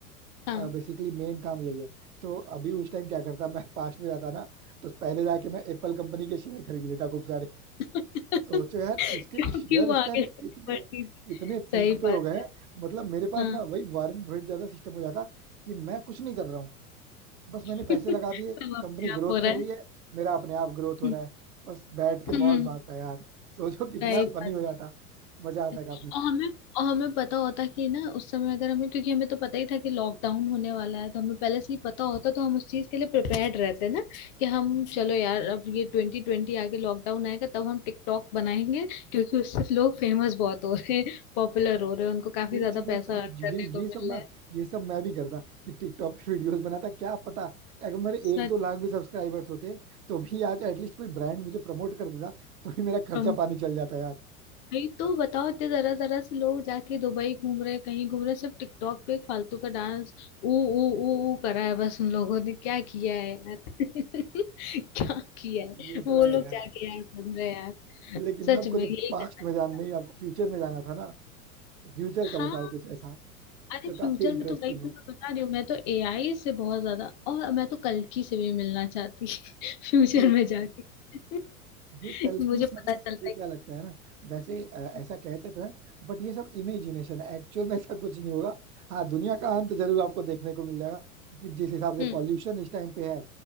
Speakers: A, on the left; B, on the right.
A: हाँ
B: बेसिकली मेन काम यही है तो अभी उस टाइम क्या करता मैं पास्ट में जाता ना तो पहले जाके मैं एप्पल कंपनी के शेयर खरीद लेता खूब सारे।
A: <laughs>
B: सोचो
A: क्योंकि
B: यार उसके शेयर
A: वो
B: इस
A: आगे
B: टाइम
A: जाके
B: इतने
A: बढ़ती थी
B: इतने पीक
A: सही
B: पे
A: बात
B: हो गए हैं
A: है
B: मतलब मेरे पास
A: हाँ
B: ना वही वारंट बफेट ज्यादा सिस्टम हो जाता कि मैं कुछ नहीं कर रहा हूँ बस मैंने
A: <laughs>
B: पैसे लगा
A: सब
B: दिए
A: अपने
B: कंपनी
A: आप
B: ग्रोथ
A: हो रहा
B: कर
A: है
B: रही है मेरा अपने आप ग्रोथ हो
A: हम्म,
B: रहा है बस बैठ के
A: हम्म,
B: मौज मारता यार सोचो कितना
A: सही बात
B: फनी हो जाता मजा आता
A: है
B: काफी
A: और हमें और हमें पता होता कि ना उस समय अगर हमें क्योंकि हमें तो पता ही था कि लॉकडाउन होने वाला है तो हमें पहले से ही पता होता तो हम उस चीज के लिए प्रिपेयर्ड रहते ना कि हम चलो यार अब ये ट्वेंटी ट्वेंटी आगे लॉकडाउन आएगा तब हम टिकटॉक बनाएंगे क्योंकि उससे लोग फेमस बहुत हो रहे हैं पॉपुलर हो रहे हैं उनको काफी
B: ये
A: ज्यादा
B: चीजें
A: पैसा
B: सर वो
A: अर्न
B: ये
A: करने को
B: ये सब
A: मिल
B: ना
A: रहा है
B: ये सब मैं भी करता कि टिकटॉक पे वीडियोस बनाता क्या पता अगर मेरे एक
A: हम्म
B: दो लाख भी सब्सक्राइबर्स होते तो भी आज एटलीस्ट कोई ब्रांड मुझे प्रमोट कर देता तो भी मेरा खर्चा
A: प्रम-
B: पानी चल जाता यार
A: नहीं तो बताओ इतने जरा जरा से लोग जाके दुबई घूम रहे कहीं घूम रहे सिर्फ टिकटॉक पे एक फालतू का डांस ऊ ऊ ऊ ऊ करा है बस उन लोगों ने क्या किया है यार <laughs> क्या किया है
B: ये तो
A: वो
B: है
A: लोग
B: यार
A: जाके यार बन रहे हैं यार
B: लेकिन
A: सच
B: आपको
A: में
B: तो
A: यही
B: पास्ट
A: करना
B: में
A: चाहिए
B: जान नहीं
A: था
B: आपको फ्यूचर में जाना था ना फ्यूचर का
A: हाँ
B: बताओ कुछ ऐसा
A: अरे
B: जो काफी
A: फ्यूचर
B: इंटरेस्टिंग
A: में तो वही तो मैं बता रही हूँ मैं तो एआई से बहुत ज्यादा और मैं तो कल्कि से भी मिलना चाहती <laughs> फ्यूचर
B: हो
A: में जाके <laughs>
B: ये कल
A: मुझे
B: की
A: पता
B: मतलब मुझे
A: चलता है
B: क्या लगता है ना वैसे अ, ऐसा
A: कि-
B: कहते तो हैं बट ये सब इमेजिनेशन है एक्चुअल में ऐसा कुछ नहीं होगा हाँ दुनिया का अंत जरूर आपको देखने को मिल जाएगा कि जिस हिसाब से
A: हम्म
B: पॉल्यूशन इस टाइम पे है